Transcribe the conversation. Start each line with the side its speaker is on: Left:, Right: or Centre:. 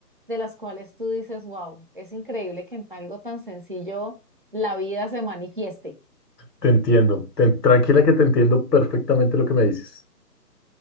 Right: de las cuales tú dices, wow, es increíble que en algo tan sencillo la vida se manifieste.
Left: Te entiendo, te- tranquila que te entiendo perfectamente lo que me dices.